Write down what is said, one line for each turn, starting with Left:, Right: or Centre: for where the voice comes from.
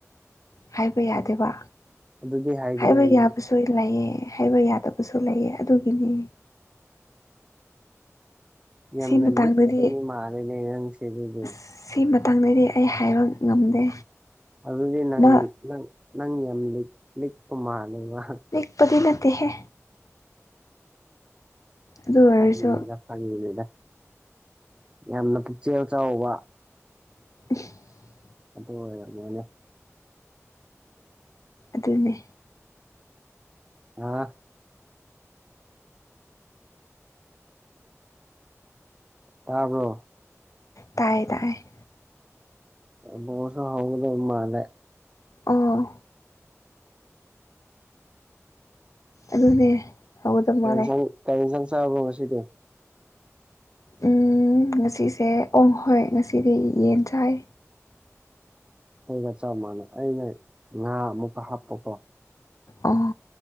Left: ꯍꯥꯏꯕ ꯌꯥꯗꯦꯕ
Right: ꯑꯗꯨꯗꯤ ꯍꯥꯏꯕꯤꯌꯨꯅꯦ
Left: ꯍꯥꯏꯕ ꯌꯥꯕꯁꯤ ꯂꯣꯏ ꯂꯩꯌꯦ ꯍꯥꯏꯕ ꯌꯥꯗꯕꯁꯨ ꯂꯩꯑꯦ ꯑꯗꯨꯒꯤꯅꯤ
Right: ꯌꯥꯝꯅ
Left: ꯁꯤ ꯃꯇꯥꯡꯗꯗꯤ
Right: ꯂꯤꯛꯄ ꯃꯤ ꯃꯥꯟꯂꯦ ꯅꯪꯁꯤ ꯑꯗꯨꯗꯤ
Left: ꯑꯁ ꯁꯤ ꯃꯇꯥꯡꯗꯗꯤ ꯑꯩ ꯍꯥꯏꯕ ꯉꯝꯗꯦ
Right: ꯑꯗꯨꯗꯤ ꯅꯪ
Left: ꯃꯥ
Right: ꯅꯪ ꯅꯪ ꯌꯥꯝ ꯂꯤꯛ ꯂꯤꯛꯄ ꯃꯥꯜꯂꯦꯕ
Left: ꯂꯤꯛꯄꯗꯤ ꯅꯠꯇꯦꯍꯦ ꯑꯗꯨ ꯑꯣꯏꯔꯁꯨ
Right: ꯐꯒꯤꯅꯤꯗ ꯐꯒꯤꯅꯤꯗ ꯌꯥꯝꯅ ꯄꯨꯛꯆꯦꯜ ꯆꯥꯎꯕ
Left: <unintelligible>
Right: ꯑꯗꯣ ꯑꯣꯏꯔꯝꯒꯅꯦ
Left: ꯑꯗꯨꯅꯦ
Right: ꯑ ꯇꯥꯕ꯭ꯔꯣ
Left: ꯇꯥꯏꯌꯦ ꯇꯥꯏꯌꯦ
Right: ꯕꯣꯜꯁꯨ ꯍꯧꯒꯗꯕ ꯃꯥꯜꯂꯦ
Left: ꯑꯣ ꯑꯗꯨꯅꯦ ꯍꯧꯒꯗꯕ
Right: ꯀꯔꯤ
Left: ꯃꯥꯜꯂꯦ
Right: ꯏꯟꯁꯥꯡ ꯀꯔꯤ ꯏꯟꯁꯥꯡ ꯆꯥꯕ꯭ꯔꯣ ꯉꯁꯤꯗꯤ
Left: ꯎ ꯉꯁꯤꯁꯦ ꯑꯣ ꯍꯣꯏ ꯉꯁꯤꯗꯤ ꯌꯦꯟ ꯆꯥꯏ
Right: ꯑꯩꯒ ꯆꯞ ꯃꯥꯟꯅꯩ ꯑꯩꯅ ꯉꯥ ꯑꯃꯨꯛꯀ ꯍꯥꯞꯄꯀꯣ
Left: ꯑꯣ